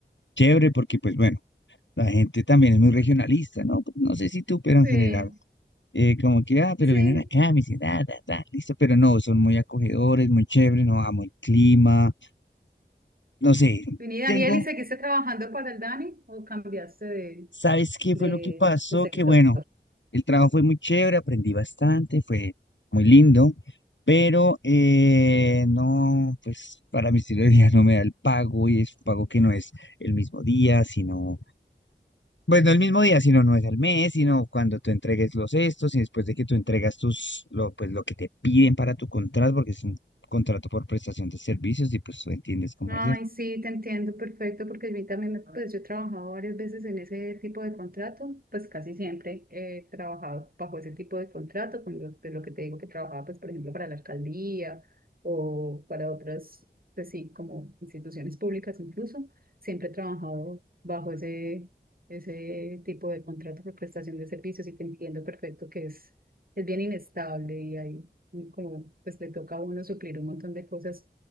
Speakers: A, on the left; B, on the right.
A: chévere porque pues bueno, la gente también es muy regionalista, ¿no? No sé si tú, pero
B: Sí,
A: en general eh, como que, ah, pero
B: sí.
A: vienen acá a mi ciudad, ta, ta, listo, pero no, son muy acogedores, muy chéveres, no amo el clima, no sé,
B: Vení, Daniel,
A: tengo,
B: ¿y seguiste trabajando para el Dani o cambiaste de,
A: ¿sabes qué
B: de,
A: fue lo que pasó?
B: de sector?
A: Que bueno, el trabajo fue muy chévere, aprendí bastante, fue muy lindo, pero eh, no, pues para mi estilo de vida <laughs> no me da el pago y es un pago que no es el mismo día, sino Pues no el mismo día, sino no es al mes, sino cuando tú entregues los estos y después de que tú entregas tus, lo, pues lo que te piden para tu contrato, porque es un contrato por prestación de servicios y pues tú entiendes cómo
B: Ay,
A: es. eso.
B: sí, te entiendo perfecto, porque a mí también, me- pues yo he trabajado varias veces en ese tipo de contrato, pues casi siempre he trabajado bajo ese tipo de contrato, con lo, de lo que te digo que trabajaba, pues por ejemplo, para la alcaldía o para otras, pues sí, como instituciones públicas incluso, siempre he trabajado bajo ese, ese tipo de contrato por prestación de servicios y te entiendo perfecto que es, es bien inestable y ahí como pues le toca a uno suplir un montón de cosas